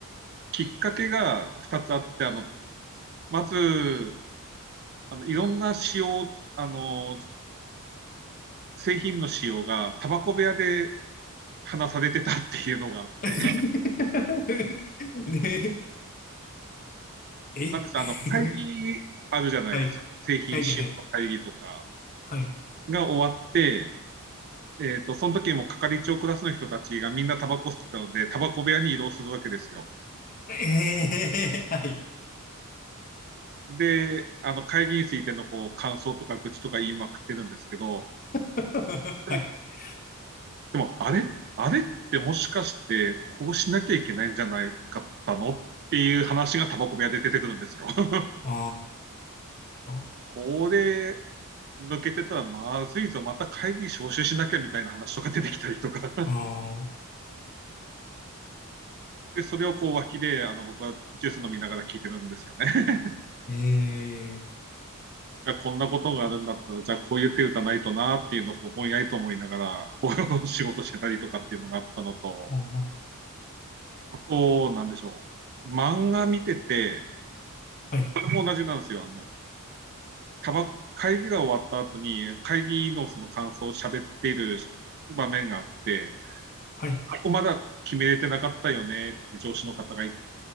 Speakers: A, on the right; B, on the left.
A: きっかけが2つあって、あの、まず、あの、いろんな使用、あの、製品の使用が、タバコ部屋で話されてたっていうのがあって。
B: <laughs> ね、え
A: なんですか、
B: <laughs>
A: あの、会議あるじゃないですか。
B: はい。
A: 製品使用の会議とか
B: 会議、はい。はい。
A: が終わって、えっと、その時も係長クラスの人たちがみんなタバコ吸ってたので、タバコ部屋に移動するわけですよ。
B: えー、はい。
A: で、あの、会議についてのこう、感想とか愚痴とか言いまくってるんですけど、
B: <laughs>
A: でも、
B: はい。
A: でもあれあれってもしかして、こうしなきゃいけないんじゃないかったのっていう話がタバコ部屋で出てくるんですよ。<laughs>
B: あー、
A: これ、抜けてたらまずいぞ、また会議招集しなきゃみたいな話とか出てきたりとか。
B: あ
A: で、それをこう脇で、あの、僕はジュース飲みながら聞いてるんですよね。<laughs>
B: ー、え
A: じゃあ、こんなことがあるんだったら、じゃあ、こういう手打たないとなっていうのを、こう、ぼんやりと思いながら、<laughs> こう、仕事してたりとかっていうのがあったのと、
B: ー、あー、
A: あと、なんでしょう。漫画見てて、
B: はい、
A: これも同じなんですよ。あの、たば、会議が終わった後に、会議のその感想を喋っている場面があって、
B: はい。
A: ここまだ決めれてなかったよねって上司の方が言っ